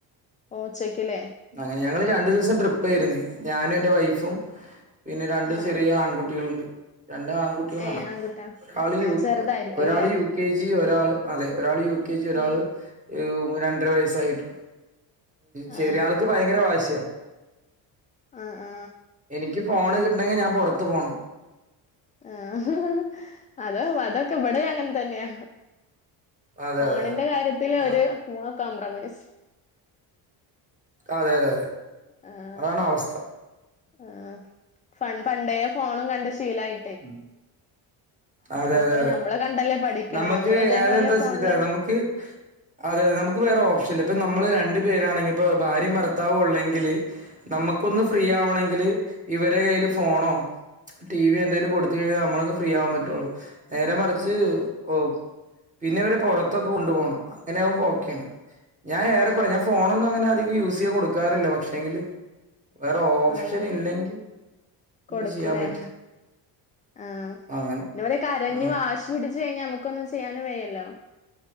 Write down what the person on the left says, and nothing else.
ഓഹ് ഉച്ചക്ക് ല്ലേ
ആഹ്
ഏ ആൺകുട്ടാ
ആ
ചെറുതായിരിക്കും
അല്ലേ
ആ
ആ
ആഹ് ആഹ്
ആഹ് അത് അതൊക്കെ ഇവിടെ അങ്ങനെ തന്നെയാ
ഫോണിന്റെ
കാര്യത്തില്
ഒരു നൊ കോംപ്രമൈസ്
ആഹ്
ആഹ് പണ്ടേ ഫോണും കണ്ട് ശീലായി
ഇപ്പൊ
ഞമ്മള് കണ്ടല്ലേ പഠിക്കണെ
ഞമ്മള് ഇതേപോലെ
ഫോണില്
ഉം
ഉം
ആഹ്
ആഹ്
ആഹ്
കൊടുക്കൂലേ
ആഹ്
അതെ പോലെ കരഞ്ഞ്
വാശി പിടിച്ച് കഴിഞ്ഞാൽ നമ്മുക്ക് ഒന്നും ചെയ്യാനും വയ്യല്ലോ